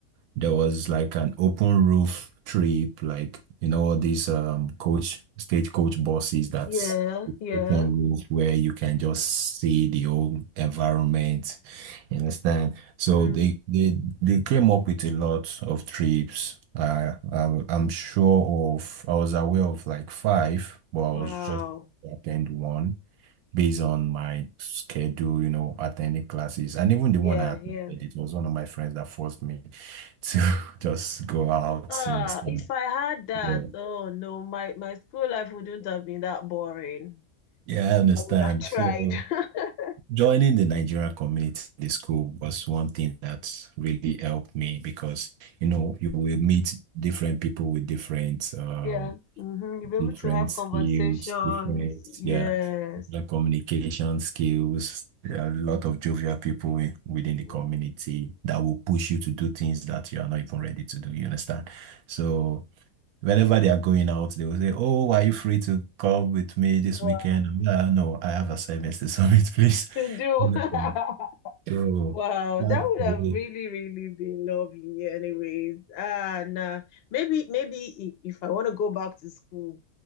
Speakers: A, on the right; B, on the left.
A: There was like an open roof trip, like you know, all these um coach stagecoach buses that's
B: Yeah, yeah.
A: open roof where you can just see the whole environment. You understand? So
B: Mm,
A: they they they came up with a lot of trips. Uh, I, I'm sure of, I was aware of like five, but I
B: Wow.
A: was just attend one based on my schedule, you know, attending classes. And even the
B: yeah,
A: one I attended,
B: yeah.
A: it was one of my friends that forced me to <laughs> just go out,
B: Ah,
A: you understand?
B: if I had that,
A: Yeah.
B: oh no, my my school life wouldn't have been that boring.
A: Yeah, I understand.
B: I would have tried.
A: So
B: <laughs>
A: joining the Nigerian community, the school was one thing that really helped me because, you know, you will meet different people with different um
B: Yeah, mm-hmm. You'll be able
A: different
B: to have
A: skills,
B: conversations.
A: different,
B: Yes.
A: yeah the communication skills. There are a lot of jovial people in- within the
B: Wow.
A: community that will push you to do things that you are not even ready to do. You understand? So whenever they are going out, they will say, "Oh, are you free to come with me this
B: Wow.
A: weekend?" I'm like, "Ah, no, I have assignments to submit, <laughs> please.
B: To do.
A: You know,
B: <laughs>
A: So
B: Wow,
A: that's
B: that would
A: the-
B: have really, really been lovely anyways. Ah, nah. Maybe, maybe if, if I want to go back to school,